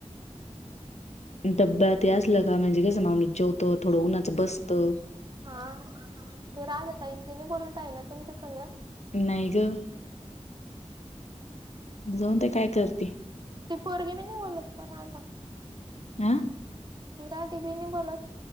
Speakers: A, on the left; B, on the right.
A: डब्बा ते असलं का म्हणजे कस माणूस जेवतो, थोडं उन्हाचं बस तो.
B: हा, ते राधा ताई न ते नाही बोलत आहे ना तुमच्या संग?
A: नाही ग. जाऊन दे काय करती.
B: ती पोरगी बी नाही बोलत का राधा?
A: आ
B: ती राधी बी नाही बोलत.